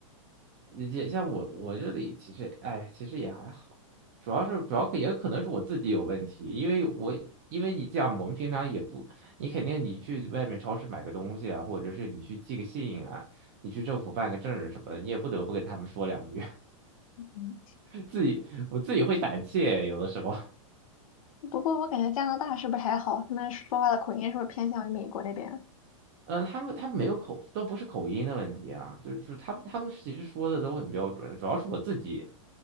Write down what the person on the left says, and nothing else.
嗯，
不过我感觉加拿大是不是还好？他们说话的口音是不是偏向于美国那边？